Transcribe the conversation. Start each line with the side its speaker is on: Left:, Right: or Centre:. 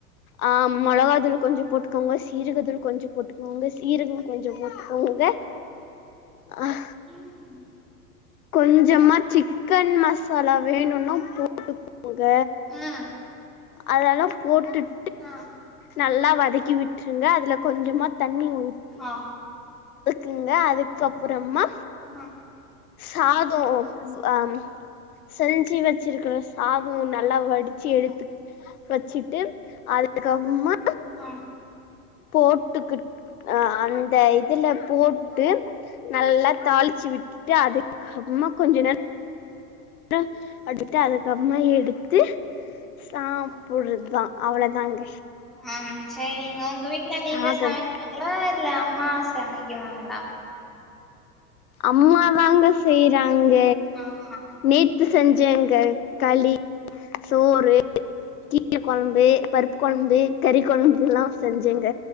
Left: அ மொளகா தூள் கொஞ்சோ போட்டுக்கோங்க சீரக தூள் கொஞ்சோ போட்டுக்கோங்க சீரகோ கொஞ்சோ போட்டு போட்டுகோங்க ஹ
Centre: ம்
Left: கொஞ்சமா சிக்கன் மசாலா வேணுனா போட்டுக்கோங்க
Centre: ம்
Left: அதெல்லா போட்டுட்டு
Centre: ஆ
Left: நல்லா வதக்கி விட்டுருங்க அதுல கொஞ்சமா தண்ணி ஊ
Centre: ஆ
Left: த்துங்க அதுக்கப்புறமா
Centre: ஆ
Left: சாதம் ஆம் செஞ்சி வச்சிருக்குற சாதம் நல்லா வடிச்சி எடுத்து வச்சிட்டு அதுக்கப்புறமா
Centre: ஆ
Left: போட்டுக்கிட் அ அந்த இதுல போட்டு நல்லா தாளிச்சி விட் டு அதுக்கப்புறமா கொஞ்ச நேர ம் அடுத்து அதுக்கப்புறமா எடுத்து சாப்புறது
Centre: ஆ
Left: தான் அவ்ள தாங்க
Centre: ஆம் சேரிங்க ஒங்க வீட்ல நீங்க
Left: சாதம்
Centre: சமைப்பீங்ளா இல்ல அம்மா சமைக்குவாங்களா
Left: அம்மா தாங்க செய்றாங்க
Centre: ஆ ஹ
Left: நேத்து செஞ்சங்க களி சோறு கீரை கொழம்பு பருப்பு கொழம்பு கறி கொழம்பு எல்லாம் செஞ்சேங்க